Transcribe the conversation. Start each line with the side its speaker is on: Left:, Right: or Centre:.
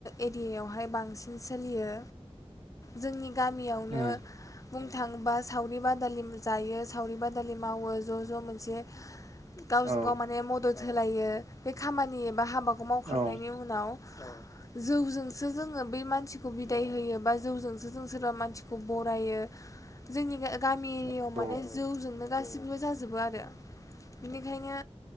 Left: एरियायावहाय बांसिन सोलियो। जोंनि गामियावनो
Right: उम
Left: बुंनो थाङोबा सावरि बादालि जायो, सावरि बादालि मावो ज' ज' मोनसे गावजों
Right: औ
Left: गाव माने मदद होलायो बे खामानि एबा हाबा खौ मावखांनायनि
Right: औ
Left: उनाव जौजोंसो जोङो बै मानसिखौ बिदाय होयो बा जौजोंसो जों सोरबा मानसिखौ बरायो, जोंनि गामि एरियायाव
Right: औ
Left: माने
Right: औ
Left: जौजोंनो गासैबो जाजोबो आरो बेनिखायनो,